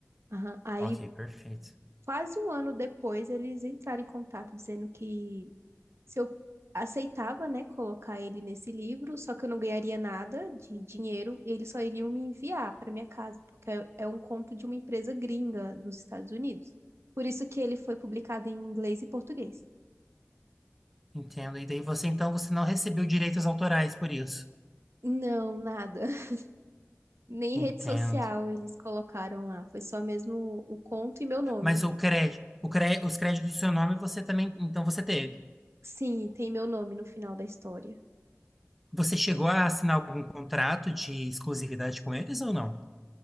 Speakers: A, on the right (about 65°); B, in the centre.
A: Aham. Aí,
B: ok, perfeito.
A: quase um ano depois, eles entraram em contato dizendo que se eu aceitava, né, colocar ele nesse livro, só que eu não ganharia nada de dinheiro, eles só iriam me enviar para minha casa, porque é é um conto de uma empresa gringa dos Estados Unidos. Por isso que ele foi publicado em inglês e português.
B: Entendo. E daí você, então, você não recebeu direitos autorais por isso.
A: Não, nada. <laughs> Nem
B: Entendo.
A: rede social eles colocaram lá, foi só mesmo o conto e meu nome.
B: Mas o crédito, o cré, os créditos do seu nome você também, então você teve.
A: Sim, tem meu nome no final da história.
B: Você chegou a assinar algum contrato de exclusividade com eles ou não?